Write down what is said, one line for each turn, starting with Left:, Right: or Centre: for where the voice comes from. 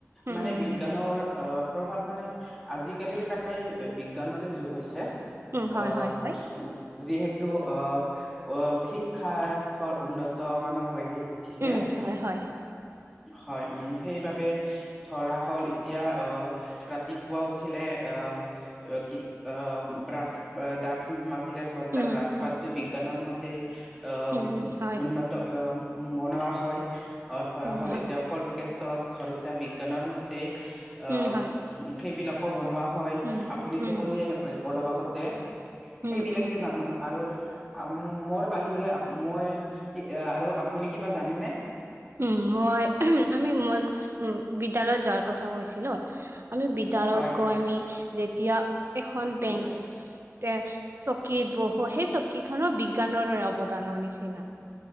Right: উম
Centre: মানে
Right: উম
Centre: বিজ্ঞানৰ
Right: উম হয়
Centre: অ, প্ৰভাৱ মানে আজিকালি প্ৰায় বিজ্ঞানৰে যুগ হৈছে।
Right: উম হয়
Centre: অ'।
Right: হয় হয়
Centre: যিহেতু আহ, অ, শিক্ষাৰ্থৰ উন্নত মানৰ হৈ আহ উঠিছে।
Right: উম হয় হয়
Centre: হয়, উম, সেইবাবে ধৰা হ'ল এতিয়া অহ, ৰাতিপুৱা উঠিলে অহ কি অ, ব্ৰাছ দাঁত মাজিলে, ধৰ এটিয়া
Right: উম
Centre: ব্ৰাছ
Right: হয়
Centre: পাতটো বিজ্ঞানৰ ম সেই আহ,
Right: উম উম হয়
Centre: উন্নত আহ, বনোৱা হয়। আহ, ধৰা
Right: উম
Centre: হ'ল
Right: হয়
Centre: এতিয়া কলগেটত ধৰ এতিয়া বিজ্ঞানৰ মতে অ
Right: উম হয়
Centre: সেইবিলাক ক বনোৱা হয়,
Right: উম
Centre: আপুনিতো
Right: উম
Centre: ক'লে অলপ আগতে
Right: উম
Centre: সেইবিলাকে
Right: উম
Centre: জানো। আৰু মোৰ বাহিৰে মই আৰু আপুনি কিবা জানেনে?
Right: উম, মই আমি মই উ, বিদ্যালয়ত যোৱাৰ কথা কৈছিলো। আমি বি যাৰ লগট
Centre: হয় হয়
Right: গৈ আমি যেতিয়া এখন বেঞ্চ
Centre: উম
Right: তে চকীত বহো সেই চকীখনৰ বিজ্ঞানৰ দৰে অৱদানৰ নিচিনা।